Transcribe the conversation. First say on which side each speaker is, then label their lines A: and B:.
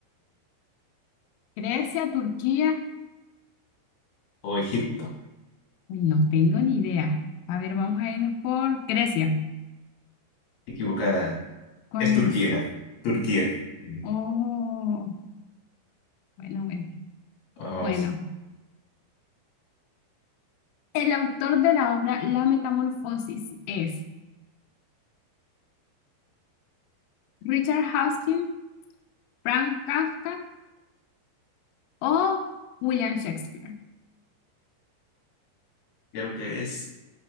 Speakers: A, on the left; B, on the left.
A: Grecia, Turquía.
B: O Egipto,
A: Uy, No tengo ni idea. A ver, vamos a irnos por Grecia.
B: equivocada,
A: ¿Cuál
B: es Turquía,
A: es?
B: Turquía, Ujú.
A: Oh, bueno, bueno.
B: vamos,
A: Bueno. El autor de la obra La Metamorfosis es Richard Hawkins, Frank Kafka o William Shakespeare.
B: creo que es